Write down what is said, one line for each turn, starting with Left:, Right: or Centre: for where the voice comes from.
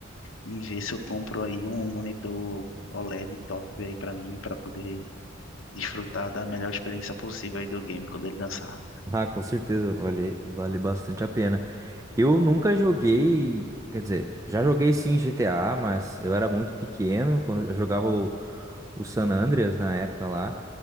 Left: em ver se eu compro aí um monitor OLED top aí pra mim, pra poder desfrutar da melhor experiência possível aí do game quando ele lançar.
Right: Ah, com certeza, vale, vale bastante a pena. Eu nunca joguei, quer dizer, já joguei sim GTA, mas eu era muito pequeno quando eu jogava o, o San Andreas na época lá.